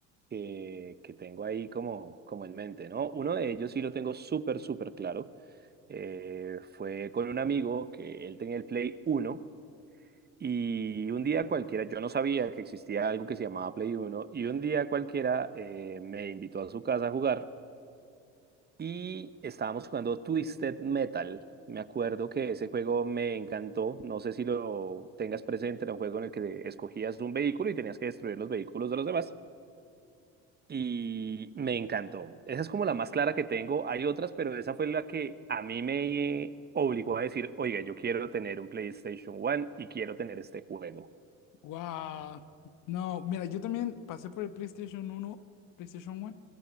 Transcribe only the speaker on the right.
que, que tengo ahí como, como en mente, ¿no? Uno de ellos sí lo tengo súper, súper claro. Eh, fue con un amigo que él tenía el Play Uno y un día cualquiera, yo no sabía que existía algo que se llamaba Play Uno y un día cualquiera eh, me invitó a su casa a jugar. y estábamos jugando Twisted Metal. Me acuerdo que ese juego me encantó. No sé si lo tengas presente, era un juego en el que escogías un vehículo y tenías que destruir los vehículos de los demás. Y me encantó. Esa es como la más clara que tengo. Hay otras, pero esa fue la que a mí me obligó a decir, oiga, yo quiero tener un PlayStation One y quiero tener este juego.